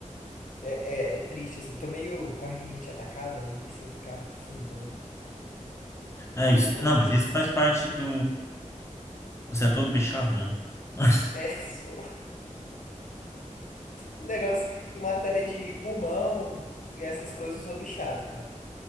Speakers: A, on the left (about 75°); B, on the left (about 20°).
A: É, é, é triste, assim, tô meio com a rinite atacada e se eu vou ficar fungando
B: É isso.
A: é por conta
B: Não, mas
A: disso.
B: isso faz parte do. Você é todo bichado, né? <laughs>
A: É, <laughs> sou... um negócio em matéria de pulmão e essas coisas, eu sou bichado, cara.